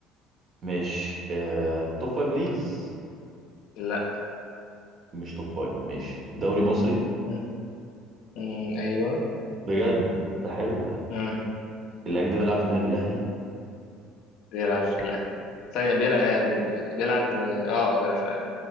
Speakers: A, on the right; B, on the left.
A: ماشي آه... توب فايف ليجز
B: لا
A: مش توب فايف ماشي دوري مصري
B: مم. مم. ايوه
A: بجد ده حلو ده
B: مم.
A: اللعيب ده بيلعب في النادي الأهلي
B: بيلعب في الاهلي ثانية بيلعب بيلعب اه بيلعب في الاهلي